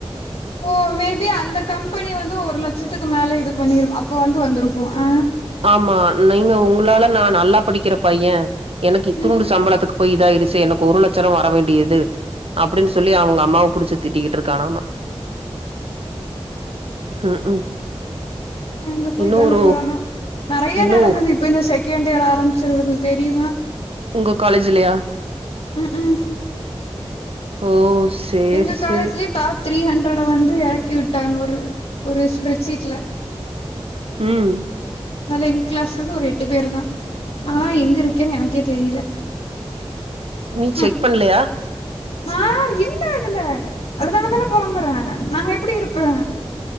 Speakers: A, on the left; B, on the right.
A: ஓ மேபி அந்த கம்பெனி வந்து ஒரு லெச்சத்துக்கு மேல இது பண்ணிரு அப்ப வந்து வந்துருக்கு அ
B: ஆமா நீங்க உங்களால நா நல்லா படிக்கிற பையெ எனக்கு இத்துனூண்டு
A: ம்
B: சம்பளத்துக்கு போய் இதாயிருச்செ எனக்கு ஒரு லெச்சரொ வர வேண்டியது அப்டின் சொல்லி அவுங்க அம்மாவ புடுச்சு திட்டிக்கிட்டு இருக்கானாம்மா
A: <unintelligible>
B: ம் ம்
A: நா எங்க போய்
B: இன்னு
A: இதாக
B: ஒரு
A: போறானோ நெறயா
B: இன்னு
A: நடந்தது இப்ப இந்த செகெண்ட் இயர் ஆரம்பிச்சருந்து தெரியுமா
B: உங்க காலேஜ்லயா
A: ம் ம்
B: ஓ சேரி
A: எங்க காலேஜ்லே
B: சேரி
A: டாப் த்ரீ ஹண்ட்ரட வந்து எறக்கி விட்டாங்க ஒரு ஒரு ஸ்ப்ரெட்ஷீட்ல
B: ம்
A: அதல எங்க கிளாஸ்லர்ந்து ஒரு எட்டு பேரு தா நாளா எங்க இருக்கேனு எனக்கே தெரியல
B: நீ செக்
A: ம்
B: பண்ணலயா
A: நா இல்ல அதுல அதுனாலதான பொலம்புறே நா எப்டி இருப்பே